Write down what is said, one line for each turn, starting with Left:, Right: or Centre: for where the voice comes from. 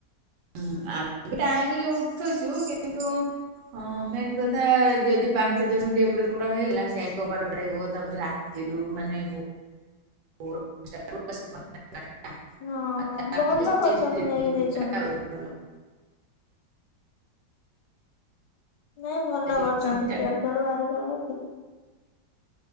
Right: ହୁଁ, ଆମେ ଟାଇମିରେ ଉଠୁଛୁ କିନ୍ତୁ ହଁ, ମେନ୍ କଥା ଯଦି ପାଞ୍ଚ ଦଶ ମିନିଟ ଏପଟ ସେପଟ ହେଇଗଲା ସିଏ ‌ଆଜି କବାଟ ବାଡ଼େଇବ ତାପରେ ରା ତିରୁ ମାନେ ଗୋ <inaudible>
Left: ହଁ ଭଲ କରିଛନ୍ତି ନେଇ ଦେଇଛନ୍ତି। ନାଇଁ ଭଲ
Right: କହିଲା
Left: କରଛନ୍ତି ସିଆଡ଼ୁ କୁଆଡ଼ୁ ବାହାରି ପଳେଇବ ଠିକ୍।